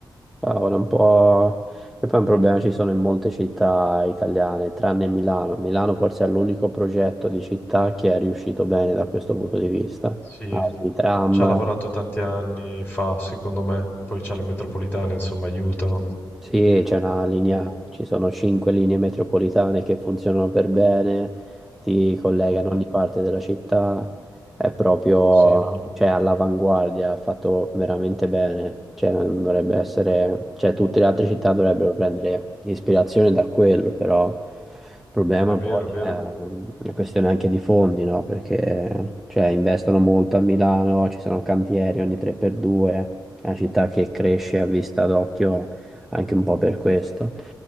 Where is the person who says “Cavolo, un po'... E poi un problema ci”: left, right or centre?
Centre